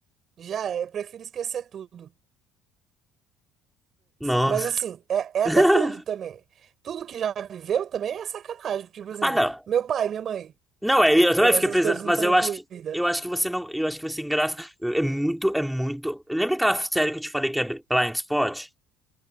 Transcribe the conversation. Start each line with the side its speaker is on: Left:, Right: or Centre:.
Right: já é. Eu prefiro esquecer tudo.
Centre: Nossa.
Right: Mas assim, é, é
Centre: <laughs>
Right: até tudo também. Tudo que já viveu também é sacanagem. Tipo assim,
Centre: Ah, não.
Right: meu pai, minha mãe,
Centre: Não, é, eu
Right: ou
Centre: também fiquei
Right: essas
Centre: pensando,
Right: coisas não
Centre: mas
Right: estão
Centre: eu
Right: incluídas.
Centre: acho que eu acho que você não, eu acho que você engraça. É muito, é muito. Lembra aquela série que eu te falei que é Blind Spot?